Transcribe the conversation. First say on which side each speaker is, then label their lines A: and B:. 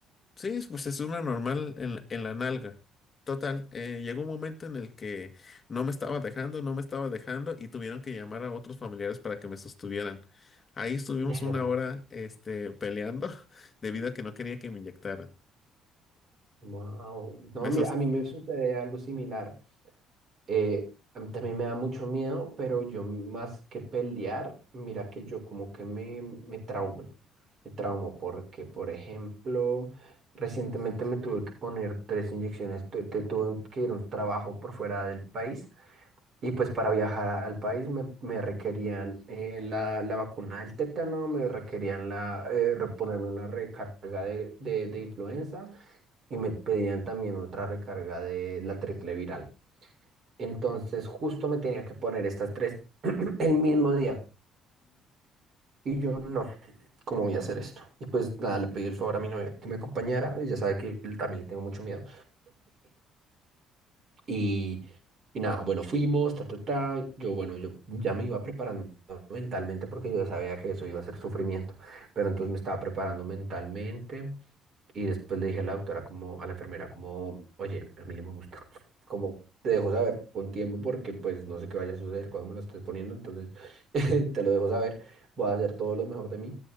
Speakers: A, on the left; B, on the right.
A: Sí, pues es una normal en, la en la nalga. Total, eh, llegó un momento en el que no me estaba dejando, no me estaba dejando y tuvieron que llamar a otros familiares para que me sostuvieran. Ahí estuvimos
B: De verdad.
A: una hora, este, peleando <laughs> debido a que no quería que me inyectaran.
B: Wow. No,
A: Me
B: mira,
A: sos-
B: a mí me sucede algo similar. Eh, a mí también me da mucho miedo, pero yo más que pelear, mira que yo como que me, me traumo, me traumo porque, por ejemplo, recientemente me tuve que poner tres inyecciones, tu- te, tuve que ir a un trabajo por fuera del país y pues para viajar a- al país me, me requerían eh, la, la vacuna del tétano, me requerían la, eh, reponerme una recarga de, de de influenza y me pedían también otra recarga de la triple viral. Entonces justo me tenía que poner estas tres <clears throat> el mismo día. Y yo no, ¿cómo voy a hacer esto? Y pues nada, le pedí el favor a mi novia que me acompañara. Ella sabe que él también le tengo mucho miedo. Y, y nada, bueno, fuimos, ta, ta, ta. Yo, bueno, yo ya me iba preparando mentalmente porque yo sabía que eso iba a ser sufrimiento. Pero entonces me estaba preparando mentalmente. Y después le dije a la doctora, como, a la enfermera, como, oye, a mí no me gusta. <laughs> Como, te dejo saber con tiempo porque pues no sé qué vaya a suceder cuando me lo estés poniendo, entonces <laughs> te lo dejo saber, voy a hacer todo lo mejor de mí.